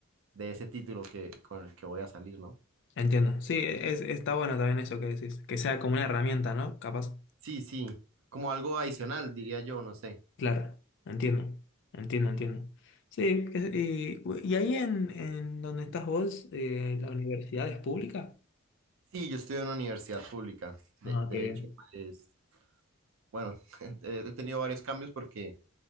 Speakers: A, on the right; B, on the left.
A: de ese título que, con el que voy a salir, ¿no?
B: entiendo. Sí, es, está bueno también eso que decís, que sea como una herramienta, ¿no? Capaz.
A: Sí, sí, como algo adicional, diría yo, no sé.
B: Claro, entiendo, entiendo, entiendo. Sí, que- y, y ahí en, en donde estás vos, eh, la universidad es pública.
A: Sí, yo estudio en una universidad pública. De,
B: Ah,
A: de
B: qué bien.
A: hecho, pues, bueno, <laughs> he he tenido varios cambios porque